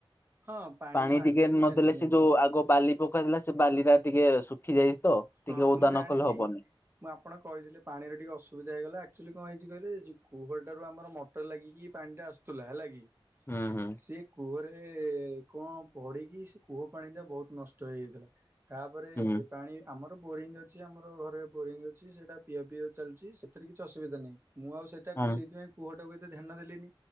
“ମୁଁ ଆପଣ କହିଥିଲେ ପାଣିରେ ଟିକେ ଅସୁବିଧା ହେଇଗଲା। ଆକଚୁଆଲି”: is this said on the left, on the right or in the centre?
Right